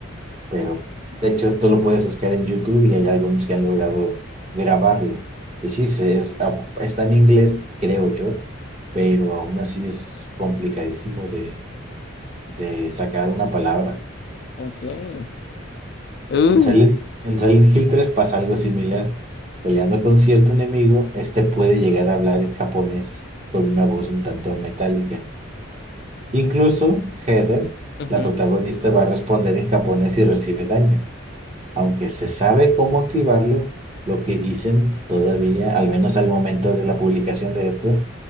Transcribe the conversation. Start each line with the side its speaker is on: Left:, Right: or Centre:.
Right: pero de hecho esto lo puedes buscar en YouTube y hay algunos que han logrado grabarlo. Y sí, se- es, a- está en inglés, creo yo, pero aún así es complicadísimo de, de sacar una palabra.
Left: ok. Uh,
Right: En Silent, en Silent Hill tres pasa algo similar. Peleando con cierto enemigo, este puede llegar a hablar en japonés con una voz un tanto metálica. Incluso Heather,
Left: ujú.
Right: la protagonista, va a responder en japonés y recibe daño. aunque se sabe cómo activarlo, lo que dicen todavía, al menos al momento de la publicación de esto,